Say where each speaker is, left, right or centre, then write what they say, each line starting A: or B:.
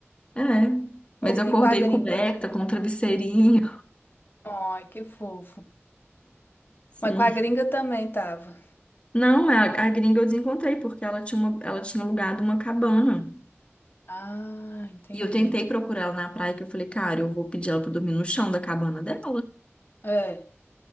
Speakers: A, on the left; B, on the left.
A: É. Mas
B: Ou-
A: eu acordei
B: E com a gringa?
A: coberta com um travesseirinho.
B: Ai, que fofo.
A: <laughs> Sim.
B: Mas com a gringa também tava.
A: Não, a, a gringa eu desencontrei, porque ela tinha, uma, ela tinha alugado uma cabana.
B: Ah, entendi.
A: E eu tentei procurar ela na praia, que eu falei, cara, eu vou pedir ela pra dormir no chão da cabana dela.
B: É.